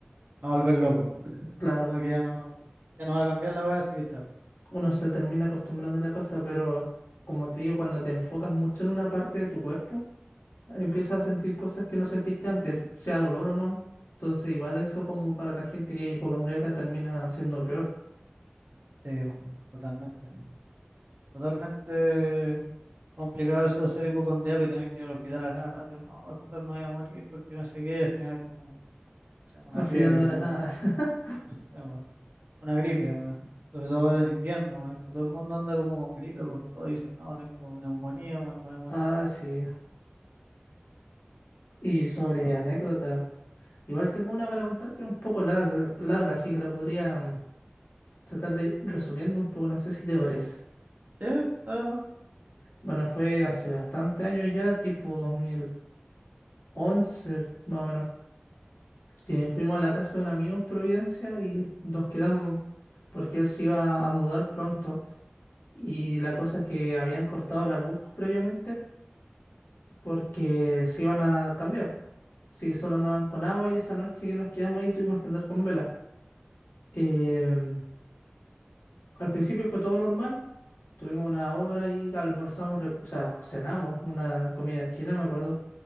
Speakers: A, on the right; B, on the left.
A: va a volver loco.
B: Claro,
A: Como que ya no, ya no va a cambiar la weá, así que chao.
B: uno se termina acostumbrando a la cosa, pero como te digo, cuando te enfocas mucho en una parte de tu cuerpo, empiezas a sentir cosas que no sentiste antes, sea dolor o no. Entonces, igual eso como para la gente que es hipocondríaca termina siendo peor.
A: Sí, po, totalmente. Totalmente complicado eso de ser hipocondriaco y tener que ir al hospital a cada rato. Y no, doctor, me voy a morir porque no sé qué. Y al final, como, no sé, una
B: Al final
A: fiebre,
B: no era
A: como,
B: nada. <laughs>
A: no sé, weón, una gripe, weón. Sobre todo ahora en invierno, weón, que todo el mundo anda como con gripe, con todo. Y dicen, no, tengo neumonía, weón, me voy a morir.
B: Ah, sí. Y sobre
A: Entonces,
B: anécdota. Igual tengo una para contar, pero un poco larga, larga, así que la podría mm, tratar de ir resumiendo un poco, no sé si te parece.
A: sí, claro, no.
B: Bueno, fue hace bastante años ya, tipo dos mil once más o menos, que fuimos a la casa de un amigo en Providencia y nos quedamos porque él se iba a mudar pronto. Y la cosa es que habían cortado la luz previamente porque se iban a cambiar. Así que solo andaban con agua y esa noche que nos quedamos ahí tuvimos que andar con velas. Em, al principio fue todo normal. Tuvimos una hora y almorzamos, re- o sea, cenamos una comida china, me acuerdo.